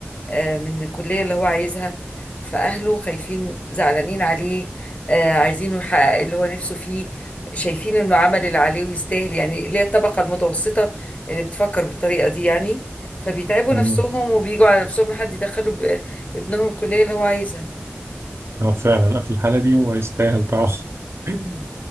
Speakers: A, on the left; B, on the right.
A: آه، من الكلية اللي هو عايزها فأهله خايفين زعلانين عليه آه، عايزينه يحقق اللي هو نفسه فيه شايفين إنه عمل اللي عليه ويستاهل يعني اللي هي الطبقة المتوسطة اللي بتفكر بالطريقة دي يعني فبيتعبوا
B: مم.
A: نفسهم وبيجوا على نفسهم لحد يدخلوا ب- ابنهم الكلية اللي هو عايزها
B: هو فعلا لا، في الحالة دي هو يستاهل طبعا <laughs>